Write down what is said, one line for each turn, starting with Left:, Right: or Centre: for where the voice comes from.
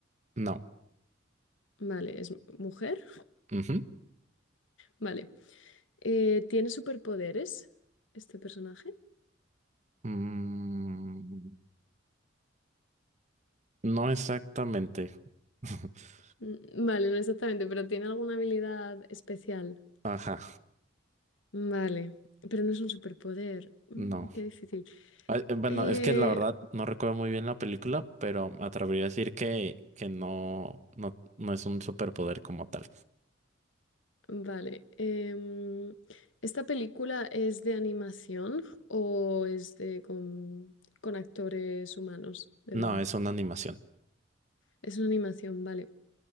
Right: No.
Left: vale, es mujer,
Right: Ujú.
Left: vale. Eh, ¿tiene superpoderes este personaje?
Right: Mm, No exactamente. <laughs>
Left: Mm, Vale, no exactamente, pero ¿tiene alguna habilidad especial?
Right: Ajá,
Left: Vale, pero no es un superpoder. Mm,
Right: no.
Left: qué difícil.
Right: Ah, eh, Bueno,
Left: Eh,
Right: es que la verdad no recuerdo muy bien la película, pero me atrevería a decir que, que no, no, no es un superpoder como tal.
Left: vale. em, ¿esta película es de animación o es de con, con actores humanos, de
Right: No,
Left: verdad?
Right: es una animación.
Left: Es una animación, vale.